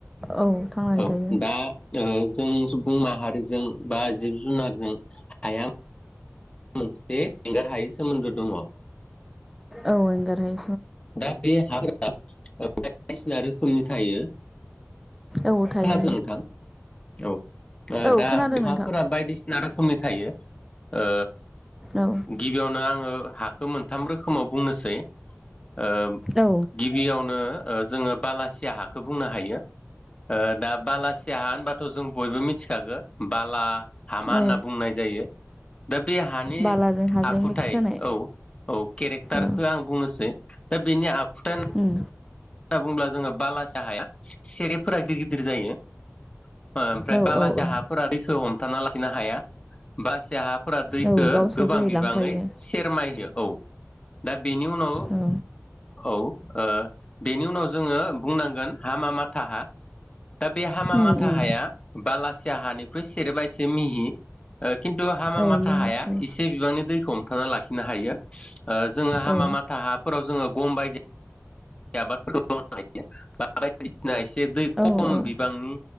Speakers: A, in the centre; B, on the left.
A: औ थांनानै
B: औ
A: थायो
B: दा जोङो जों सुबुं माहारिजों बा जिब जुनारजों हाया मोनसे एंगार हायै सोमोन्दो दङ।
A: औ एंगार हायै
B: दा बे हा <unintelligible> बायदिसिना रोखोमनि थायो।
A: औ थायो
B: खोनादों नोंथां? औ
A: औ
B: दा
A: खोनादों नोंथां
B: हा फोरा बायदिसिना रोखोमनि थायो। ओ
A: औ
B: गिबियावनो आङो हाखौ मोनथाम रोखोमाव बुंनोसै ओ
A: औ
B: गिबियावनो जोङो बालासिया हाखौ बुंनो हायो ओ दा बालासिया हा होनबाथ' जों बयबो मिथिखागो बाला हामा होनना
A: औ
B: बुंनाय जायो। दा बे हानि
A: बालाजों हाजों
B: आखुथाय
A: मिक्स जानाय
B: औ औ केरेक्टारखो
A: औ
B: आं बुंनोसै दा बेनि आखु
A: उम
B: होनना बुङोब्ला जोङो बाला सिया हाया सेरेफफोरा गिदिर गिदिर जायो ओमफ्राय
A: औ
B: बालासिया
A: औ
B: हाफोरा दैखौ हमथाना लाखिनो हाया। बाला सिया हा फोरा दैखौ
A: औ गावसो
B: गोबां
A: बोहैलांफायो
B: बिबाङै सेरमाय होयो औ। दा बेनि उनाव,
A: औ
B: औ ओ बेनि उनाव जोङो बुंनांगोन हामा माथा हा। दा बे हामा
A: उम
B: माथा
A: उम
B: हाया बालासिया हानिख्रुइ सेरेबा एसे मिहि ओ खिन्थु हामा
A: औ
B: माथा
A: मिहिसै
B: हाया एसे बिबांनि दैखौ हमथाना लाखिनो हायो। ओ जोङो हामा
A: औ
B: माथा हाफोराव जोङो गम बायदि आबाद <unintelligible> मावनो हायो बायदिसिना एसे दै
A: औ
B: खम
A: औ
B: बिबांनि